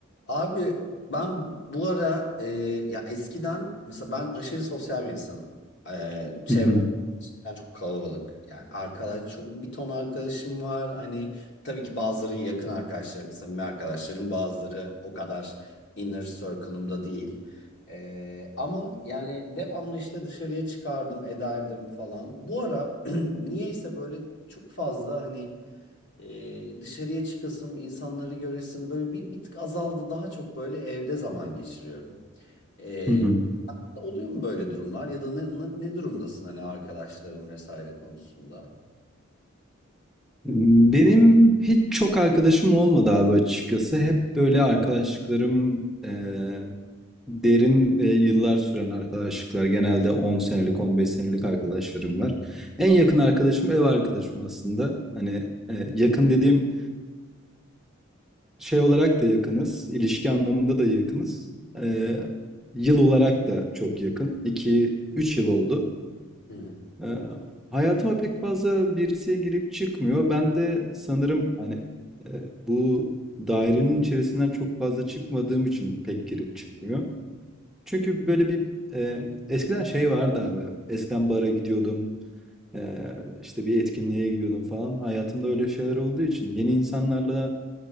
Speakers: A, on the left; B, in the centre.
A: Abi ben bu ara e, ya eskiden mesela ben aşırı sosyal bir insanım. E, çevrem
B: Hı hı,
A: gerçekten çok kalabalık. Yani arkadaş çok bir ton arkadaşım var. Hani tabii ki bazıları yakın arkadaşlarım, samimi arkadaşlarım, bazıları o kadar inner circle'ımda değil. E, ama yani devamlı işte dışarıya çıkardım, ederdim falan. Bu ara <clears throat> niyeyse böyle çok fazla hani e, dışarıya çıkasım, insanları göresim böyle bir, bir tık azaldı. Daha çok böyle evde zaman geçiriyorum. E,
B: hı hı.
A: oluyor mu böyle durumlar ya da ne, ne, ne durumdasın hani arkadaşların vesaire konusunda?
B: Benim hiç çok arkadaşım olmadı abi açıkçası. Hep böyle arkadaşlıklarım eee, derin ve yıllar süren arkadaşlıklar. Genelde 10 senelik, 15 senelik arkadaşlarım var. En yakın arkadaşım ev arkadaşım aslında. Hani eee, yakın dediğim şey olarak da yakınız. ilişki anlamında da yakınız. Eee, yıl olarak da çok yakın. iki üç yıl oldu.
A: Hı hı.
B: Ee, hayatıma pek fazla birisi girip çıkmıyor. Ben de sanırım hani e, bu dairenin içerisinden çok fazla çıkmadığım için pek girip çıkmıyor. Çünkü böyle bir e, eskiden şey vardı abi. Eskiden bara gidiyordum. e, işte bir etkinliğe gidiyordum falan. Hayatımda öyle şeyler olduğu için yeni insanlarla